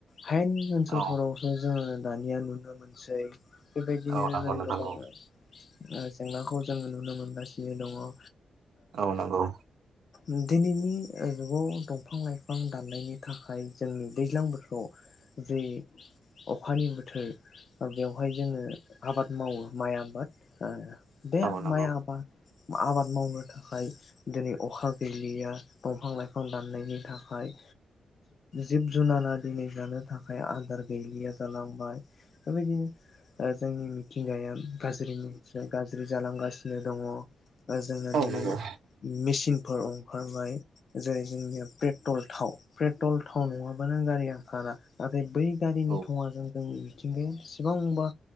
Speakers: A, on the left (about 50°); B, on the right (about 85°).
A: हायेन ओनसोलफोरावसो
B: औ
A: जोङो दानिया नुनो मोनसै बेबायदिनोनो
B: औ नंगौ
A: जों
B: नोंथां
A: गोबां
B: औ
A: ओ जेंनाखौ जोङो नुनो मोनगासिनो दङ आरो
B: औ नंगौ
A: उम दिनैनि जुगाव दंफां लाइफां दाननायनि थाखाय जोंनि दैज्लां बोथोराव जे अखानि बोथोर बेवहाय जोङो आबाद मावो माइ आबाद बे
B: औ नंगौ
A: माइ आबाद आबाद मावनो थाखाय दिनै अखा गैलिया दंफां लाइफां दाननायनि थाखाय जिब जुनारा दिनै जानो थाखाय आदार गैलिया जालांबाय बेबायदिनो जोंनि मिथिंगाया गाज्रिनिफ्राय गाज्रि जालांगासिनो दङ जोंना
B: औ
A: दिनै
B: नंगौ
A: मेसिनफोर ओंखारबाय जेरै जोंनिया पेट्रल थाव पेट्रल थाव नङाबा नों गारिया ओंखारा नाथाय बै गारिनि
B: औ
A: थङाजों जोंनि मिथिंगाया बेसेबां बेसेबांबा